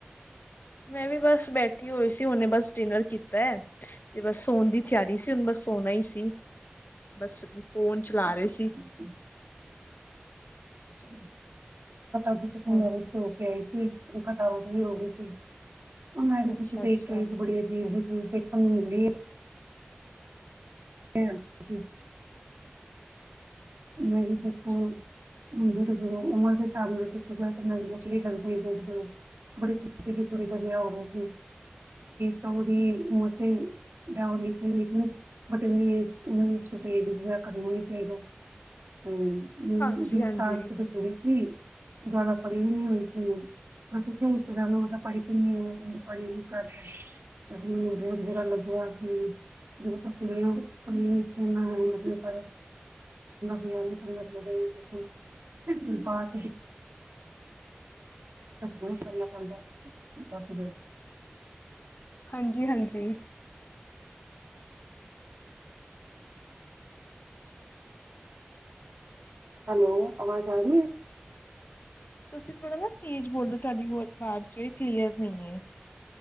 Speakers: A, on the left; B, on the right.
A: ਮੈਂ ਵੀ ਬਸ ਬੈਠੀ ਹੋਈ ਸੀ। ਉਹਨੇ ਬਸ ਡਿਨਰ ਕੀਤਾ ਹੈ ਤੇ ਬਸ ਸੋਣ ਦੀ ਤਿਆਰੀ ਸੀ, ਹੁਨ ਬਸ ਸੋਨਾ ਹੀ ਸੀ ਬਸ ਫੋਨ ਚਲਾ
B: ਅੱਛਾ-ਅੱਛਾ
A: ਰਹੇ ਸੀ।
B: ਚਲੋ ਠੀਕ
A: ਹਾਂਜੀ
B: ਬਸ <unintelligible> ਥਕਾਵਟ ਹੋ ਗਈ ਸੀ ਉਹ
A: ਅੱਛਾ
B: ਚ ਦੇਖ
A: ਅੱਛਾ
B: ਕੇ ਇੱਕ ਬੜੀਆ ਜੀ ਚੀਜ ਦੇ ਹੂੰ <unintelligible> ਮਿਊਜ਼ਿਕ
A: ਅੱਛਾ
B: ਹੁੰਦੀ ਉਮਰ ਦੇ ਹਿਸਾਬ ਨਾਲ ਲਗ ਬੜੇ ਚ ਦੀ ਕੁੜੀ ਦਾ ਵਿਆਹ ਹੋ ਰਿਹਾ ਸੀ ਤਾਂ ਉਹਦੀ ਉਮਰ ਤੇ ਸਹੀ ਸੀ ਲੇਕਿਨ ਬਟ ਉਮਰ ਵਿੱਚੋਂ ਹੋਣੀ ਚਾਹੀਦਾ ਹਮ ਨੀ
A: ਹਾਂਜੀ
B: ਵੀਹ
A: ਹਾਂਜੀ
B: ਸਾਲ ਦੀ ਕੁੜੀ ਸੀ ਜ਼ਿਆਦਾ ਪੜ੍ਹੀ ਵੀ ਨੀ ਹੋਈ ਸੀ, ਰਿਸ਼ਤੇਦਾਰ ਨੂੰਹਾਂ ਪੜ੍ਹ ਕਿ ਕਿੰਨੇ ਏਜ ਵੀ ਘੱਟ ਐ ਆਪ ਜੇ ਕੁੜੀਆ ਭੱਲ ਵੀਖਨਾ ਹੈ ਮਤਲ ਪ ਵਿਆ ਮ ਚ ਜ ਬਾਅਦ <unintelligible>
A: ਹਾਂਜੀ ਹਾਂਜੀ।
B: ਹੈਲੋ, ਅਵਾਜ਼ ਆ ਰੀ ਏ?
A: ਤੁਸੀਂ ਥੋੜਾ ਨਾ ਤੇਜ਼ ਬੋਲੋ ਤੁਹਾਡੀ ਵਾਜ ਚ ਕਲੀਅਰ ਨੀ ਏ।